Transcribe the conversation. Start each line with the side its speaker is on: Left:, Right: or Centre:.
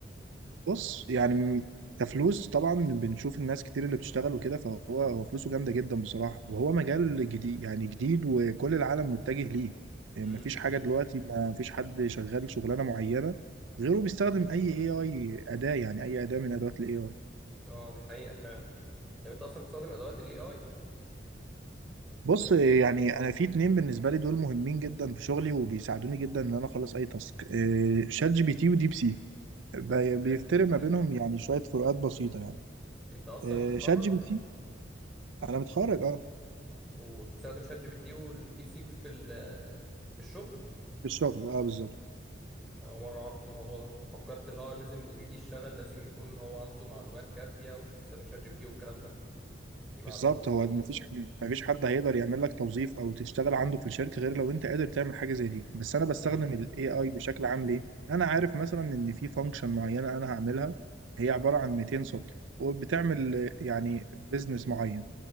Right: بص يعني م- كفلوس طبعا بنشوف الناس كتير اللي بتشتغل وكده فهو هو فلوسه جامده جدا بصراحه وهو مجال جديد يعني جديد وكل العالم متجه ليه يعني
Centre: امم
Right: مفيش حاجه دلوقتي مفيش حد شغال شغلانه معينه غيره بيستخدم اي اي اي اداه يعني اي اداه من ادوات الاي اي
Centre: اه دي حقيقه فعلا طب انت اصلا بتستخدم ادوات الاي اي
Right: بص يعني انا في اتنين بالنسبه لي دول مهمين جدا في شغلي وبيساعدوني جدا ان انا اخلص اي تاسك آه، شات جي بي تي وديب سيك بي- بيفترق
Centre: شات جي بي
Right: ما
Centre: تي
Right: بينهم يعني شويه فروقات بسيطه يعني
Centre: انت اصلا
Right: آه،
Centre: متخرج
Right: شات جي بي تي انا متخرج اه
Centre: وبتستخدم شات جي بي تي والديب سيك في ال- في الشغل
Right: في الشغل اه بالظبط
Centre: انا أول مره اعرف الموضوع ده انا فكرت اللي هو لازم اللي بيجي يشتغل لازم يكون هو عنده معلومات كافيه ومش بيستخدم شات جي بي تي والكلام ده دي معلومه
Right: بالظبط
Centre: يعني
Right: هو ما فيش ما فيش حد هيقدر يعمل لك توظيف او تشتغل عنده في الشركه غير لو انت قادر تعمل حاجه زي دي بس انا بستخدم
Centre: امم
Right: الاي اي بشكل عام ليه انا عارف مثلا ان في فانكشن معينه انا هعملها هي عباره عن 200 سطر وبتعمل آه، يعني بزنس معين